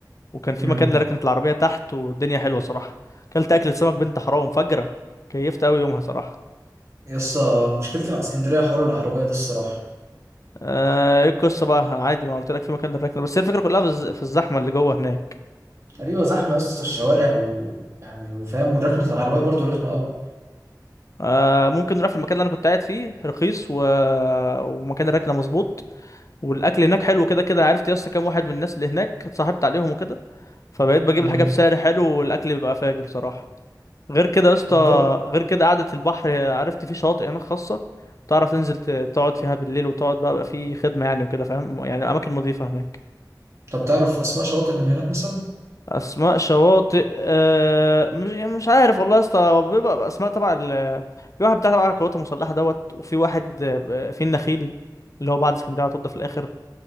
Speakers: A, on the left (about 45°); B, on the right (about 40°).
A: وكان في
B: امم
A: مكان لركنت العربيه تحت والدنيا حلوه صراحه اكلت اكله سمك بنت حرام فجره كيفت قوي يومها صراحه
B: يس مشكلتي مع اسكندرية حوار العربية ده الصراحة
A: آه، ايه القصه بقى عادي ما قلت لك في مكان للركنه بس هي الفكره كلها في الز- في الزحمه اللي جوه هناك
B: ايوه زحمة يس الشوارع ويعني وفاهم وركنة العربية برضو رخمة قوي
A: آه، ممكن نروح في المكان اللي انا كنت قاعد فيه رخيص و... ومكان الركنه مظبوط والاكل هناك حلو كده كده عرفت يا اسطى كام واحد من الناس اللي هناك اتصاحبت عليهم وكده فبقيت بجيب
B: مم.
A: الحاجه بسعر حلو والاكل بيبقى فاجر صراحه غير كده يا اسطى
B: طب جد
A: غير كده قعده البحر عرفت فيه شواطئ هناك خاصه تعرف تنزل ت- تقعد فيها بالليل وتقعد بقى, بقى فيه خدمه يعني وكده فاهم يعني اماكن نظيفه هناك
B: طب تعرف اسماء شواطئ من هناك مثلا
A: اسماء شواطئ أه مش يعني مش عارف والله يا اسطى هو بيبقى اسماء تبع ال في واحد بتاع تبع القوات المسلحه دوت وفي واحد آه، في النخيل اللي هو بعد اسكندريه على طول ده في الاخر